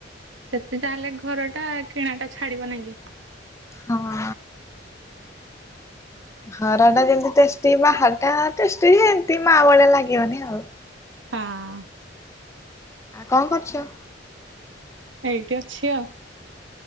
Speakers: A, on the right (about 85°); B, on the left (about 15°).
A: ସେତେ ତାହେଲେ ଘର ଟା କିଣା ଟା ଛାଡିବ ନାଁ କି?
B: ହଁ। ଘର ଟା ଯେମତି ଟେଷ୍ଟି ବାହାର ଟା ଟେଷ୍ଟି ସେମିତି ମା ଭଳିଆ ଲାଗିବନି ଆଉ।
A: ହଁ।
B: କଣ କରୁଚ?
A: ଏଇଠି ଅଛି ଆଉ।